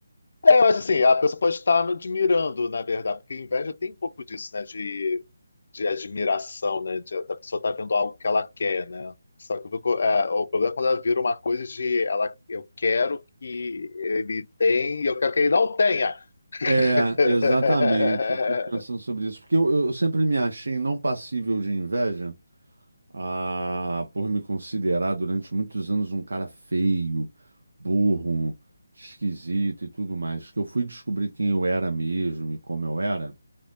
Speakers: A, on the left; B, on the right.
A: é, eu acho assim, a pessoa pode estar me admirando, na verdade, porque inveja tem um pouco disso, né? De, de admiração, né? de- da pessoa estar vendo algo que ela quer, né? Só que eu fico- é, o problema é quando ela vira uma coisa de ela, eu quero que ele tenha, e eu quero que ele não tenha.
B: É,
A: <laughs>
B: exatamente. Eu fico pensando sobre isso, porque eu, eu sempre me achei não passível de inveja, ah, por me considerar durante muitos anos um cara feio, burro, esquisito e tudo mais. Que eu fui descobrir quem eu era mesmo e como eu era.